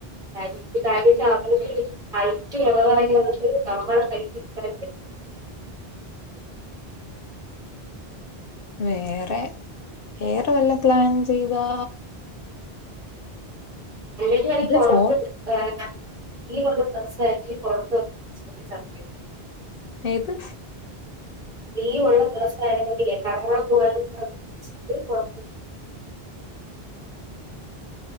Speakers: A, on the right; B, on the left.
A: <unintelligible> ടൈറ്റ് ലോഡയി വന്നിട്ട് നമ്മളെ സൈനിന് എടുക്കാനും പറ്റും
B: വേറെ വേറെ വല്ല പ്ലാൻ ചെയ്തോ
A: പേടിയാണ്
B: അല്ല
A: തുടക്കയ്
B: ഫോട്ടോ
A: വേണ്ട, ഈ <unintelligible> ഡ്രസ്സായിട്ട് <inaudible>
B: ഏത്
A: നീ ഉള്ള ദിവസാണെങ്കില് കറങ്ങാൻ പോവ <inaudible>